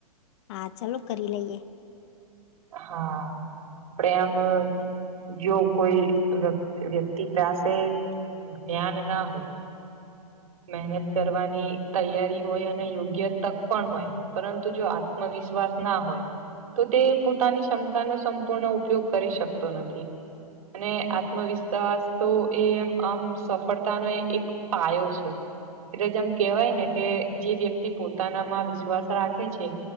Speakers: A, on the left; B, on the right.
A: હા, ચાલો કરી લઈએ.
B: હા. આપણે આમ જો કોઈ વ્યક્તિ પાસે ન હોય મહેનત કરવાની તૈયારી હોય અને યોગ્ય તક પણ હોય. પરંતુ જો આત્મવિશ્વાસ ના હોય. તો તે પોતાની ક્ષમતાનો સંપૂર્ણ ઉપયોગ કરી શકતો નથી. અને આત્મવિશ્વાસ તો, એમ આમ સફળતાનો એક પાયો છે. એટલે જેમ કેવાયને, જે વ્યક્તિ પોતાનામાં વિશ્વાસ રાખે છે.